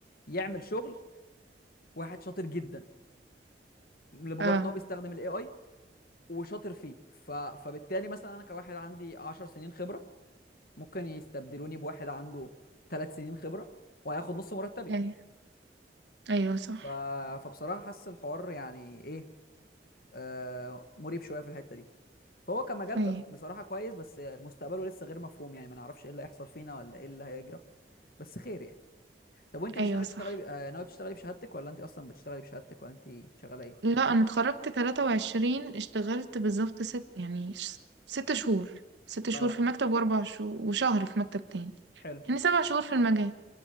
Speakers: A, on the left; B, on the right.
A: يعمل شغل واحد شاطر جدا لمجرد
B: اه
A: ان هو بيستخدم الاي اي وشاطر فيه ف... فبالتالي مثلا انا كواحد عندي 10 سنين خبرة ممكن يستبدلوني بواحد عنده 3 سنين خبرة وهياخد نص مرتبي
B: ايوه ايوه صح
A: ف... فبصراحة حاسس الحوار يعني ايه آه مريب شوية في الحتة دي فهو كمجال
B: ايوه
A: ب- بصراحة كويس بس مستقبله لسه غير مفهوم يعني ما نعرفش ايه اللي هيحصل فينا ولا ايه اللي هيجرى بس خير يعني طب وانت مش
B: ايوه
A: ناوي
B: صح
A: تشتغلي ب... آه، ناوي تشتغلي بشهادتك ولا انت اصلا بتشتغلي بشهادتك ولا انت شغالة ايه
B: لا انا اتخرجت 23 اشتغلت بالظبط ست يعني ش- ست شهور ست شهور
A: اه
B: في مكتب واربع شهور وشهر في مكتب تاني
A: حلو
B: يعني سبع شهور في المجال